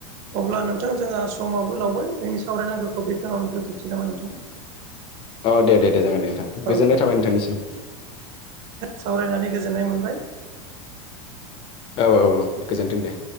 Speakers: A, on the right; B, on the left.
A: अब्ला नोंथां जोंहा समाबो लावबाय जोंनि सावरायनांगौखौ बे खिनियावनो दोनथ'सै नामा नोंथां?
B: औ दे दे दे जागोन दे नोंथां
A: औ
B: गोजोननाय थाबाय नोंथांनिसिम
A: सावरायनानै गोजोननाय मोनबाय
B: औ गोजोनथों दे।